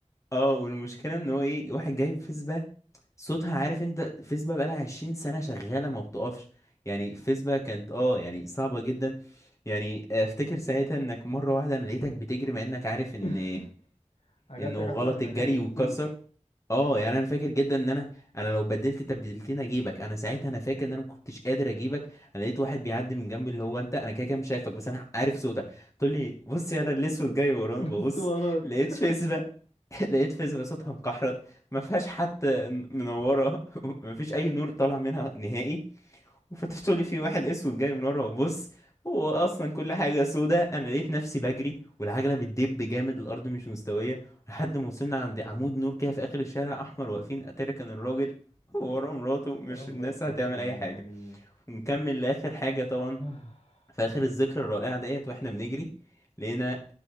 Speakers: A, on the left (about 25°); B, on the left (about 55°).
A: اه والمشكلة ان هو ايه واحد جايب فيسبا صوتها عارف انت فيسبا بقالها 20 سنة شغالة ما بتقفش يعني فيسبا كانت اه يعني صعبة جدا يعني افتكر ساعتها انك مرة واحدة انا لقيتك بتجري مع انك عارف ان
B: <laughs> عجلتك
A: انه غلط
B: أسرع من
A: الجري
B: عجلتي بكتير
A: وكسر اه يعني انا فاكر جدا ان انا انا لو بدلت تبديلتين اجيبك انا ساعتها انا فاكر ان انا ما كنتش قادر اجيبك انا لقيت واحد بيعدي من جنبي اللي هو انت انا كده كده مش شايفك بس انا عارف صوتك تقول لي بص يا انا الاسود جاي ورانا
B: <laughs>
A: ببص
B: بس وراك
A: لقيت فيسبا <laughs> لقيت فيسبا صوتها مكحرت ما فيهاش حتى ن- منوره <laughs> ما فيش اي نور طالع منها نهائي وفتحت لي في واحد اسود جاي من ورا وبص هو اصلا كل حاجه سودة انا لقيت نفسي بجري والعجله بتدب جامد الارض مش مستويه لحد ما وصلنا عند عمود نور كده في اخر الشارع احمر واقفين اتاري كان الراجل هو ورا مراته
B: غرام
A: مش الناس
B: روت
A: هتعمل
B: والله
A: اي
B: يعني
A: حاجه ونكمل لاخر حاجه طبعا
B: <sighs>
A: في اخر الذكرى الرائعه ديت واحنا بنجري لقينا